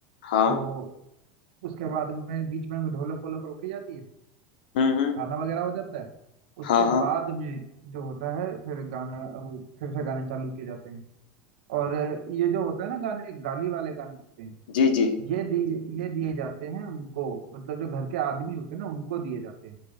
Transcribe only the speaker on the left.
हाँ
हम्म हम्म
हाँ हाँ
जी जी